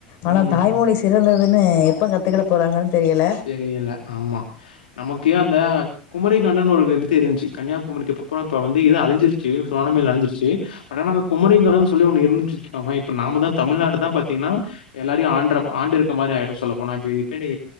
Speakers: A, on the left; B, on the left.
A: ஆனா
B: ம்
A: தாய்மொழி சிறந்ததுன்னு எப்ப கத்துக்கிட போறாங்கன்னு தெரியல
B: தெரியல ஆமா நமக்கே அந்த குமரி கண்ணன்னு ஒர் எடுத்தி இருந்ச்சி கன்யாகுமரிக்கு பப்புறப்பா வந்து இது அழஞ்சிருச்சி சோணாம்மெல் அழிஞ்சிருச்சி ப நம குமரி கடன் சொல்லி ஒன்னு இருந்துச்சுச்சுச்சுக்கோங்கய் இப்ப நாம்முதா தமிழ்நாடு தா பாத்தீங்னா எல்லாரியு ஆண்ட்ரம் ஆண்டு இருக்க மாரி ஆய்டு சொல்ல போனா இப்பி இப்பிடி